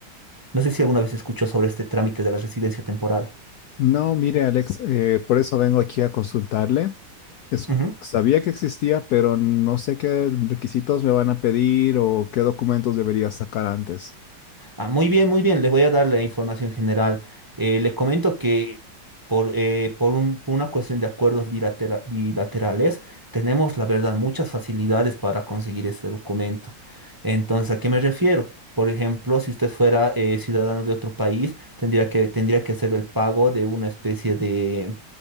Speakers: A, on the right (about 15°); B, on the left (about 85°).
A: No sé si alguna vez escuchó sobre este trámite de la residencia temporal.
B: No, mire, Alex, eh, por eso vengo aquí a consultarle. Es-
A: Ujú.
B: sabía que existía, pero no sé qué requisitos me van a pedir o qué documentos debería sacar antes.
A: Ah, muy bien, muy bien. Les voy a dar la información general. Eh, les comento que por, eh, por un- por una cuestión de acuerdos bilatera- bilaterales, tenemos, la verdad, muchas facilidades para conseguir este documento. Entonces, ¿a qué me refiero? Por ejemplo, si usted fuera eh, ciudadano de otro país, tendría que, tendría que hacer el pago de una especie de,